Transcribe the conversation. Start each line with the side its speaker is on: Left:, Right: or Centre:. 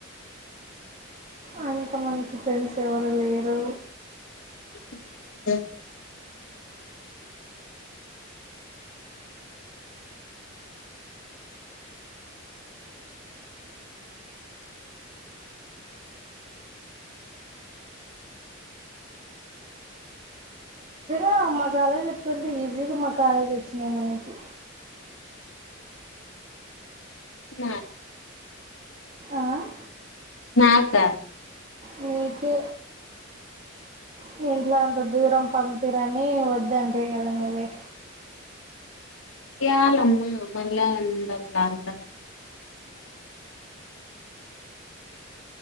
Right: అంత మంచి ఫ్రెండ్స్ ఎవరు లేరూ
Left: <unintelligible>
Right: ఆ మా కాలేజ్ పెట్టుకుంటే ఈజీగా మా కాలేజ్ వచ్చినామెకి
Left: నా
Right: ఆ?
Left: నాగ్టా
Right: మీకె మీ ఇంట్లో అంత దూరం పంపిరనీ, వద్దంటివి గద నువ్వె.
Left: యాలమ్మ మళ్ళా అందరు